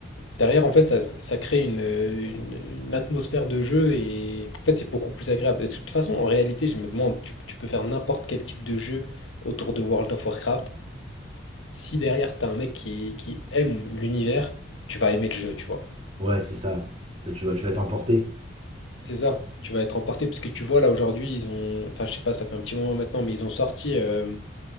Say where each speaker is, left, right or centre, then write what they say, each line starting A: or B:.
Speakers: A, on the left (about 85°); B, on the right (about 35°).
A: derrière, en fait, ça, ça crée une, une- une atmosphère de jeu et en fait, c'est beaucoup plus agréable. Et de toute façon, en réalité, je me demande, tu, tu peux faire n'importe quel type de jeu autour de World of Warcraft. Si derrière, t'as un mec qui, qui aime l'univers, tu vas aimer le jeu, tu vois.
B: Ouais, c'est ça. Ça, tu vas, tu vas t'emporter.
A: C'est ça. Tu vas être emporté parce que tu vois, là, aujourd'hui, ils ont, enfin, je sais pas, ça fait un petit moment maintenant, mais ils ont sorti euh,